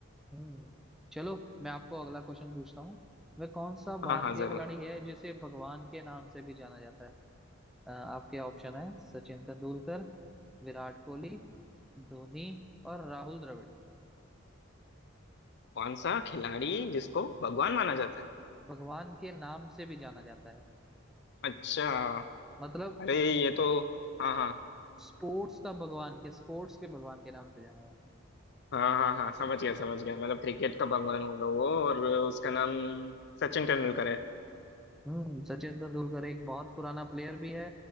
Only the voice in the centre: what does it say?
हम्म चलो मैं आपको अगला क्वेश्चन पूछता हूँ वह कौन सा भारतीय
खिलाड़ी है जिसे भगवान के नाम से भी जाना जाता है अ, आपके ऑप्शन है सचिन तेंदुलकर विराट कोहली धोनी और राहुल द्रविड़
भगवान के नाम से भी जाना जाता है
मतलब
स्पोर्ट्स का भगवान के स्पोर्ट्स के भगवान के नाम से जाना जाता है
हम्म सचिन तेंदुलकर एक बहुत पुराना प्लेयर भी है